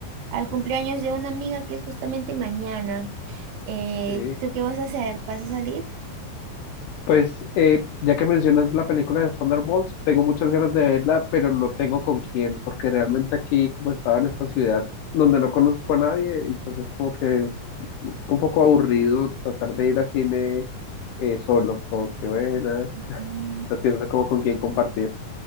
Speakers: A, on the right; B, on the left.
A: al cumpleaños de una amiga que es justamente mañana. Eh,
B: Sí.
A: ¿tú qué vas a hacer? ¿Vas a salir?
B: Pues eh, ya que mencionas la película de Thunderbolts, tengo muchas ganas de verla, pero no tengo con quién, porque realmente aquí, como estaba en esta ciudad donde no conozco a nadie, entonces como que es un poco aburrido tratar de ir al cine eh, solo, como que bueno,
A: Mm,
B: no tiene uno como con quién compartir.